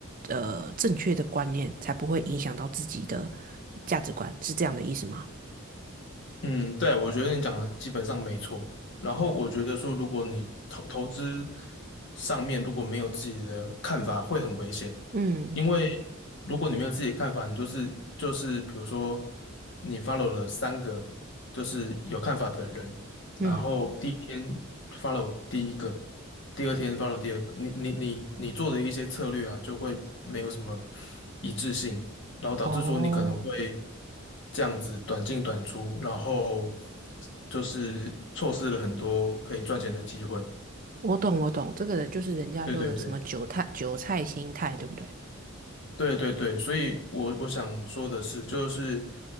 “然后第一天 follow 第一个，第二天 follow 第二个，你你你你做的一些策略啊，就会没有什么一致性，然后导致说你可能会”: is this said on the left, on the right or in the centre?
Left